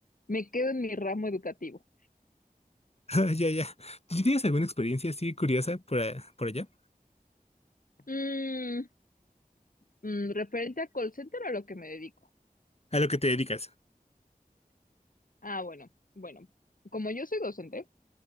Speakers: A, on the left (about 60°); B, on the left (about 40°).
A: Me quedo en mi ramo educativo.
B: <laughs> Ya, ya. ¿Tú sí tienes alguna experiencia así curiosa por, a- por allá?
A: Mm, mm, referente a call center a lo que me dedico.
B: A lo que te dedicas.
A: Ah, bueno, bueno, como yo soy docente,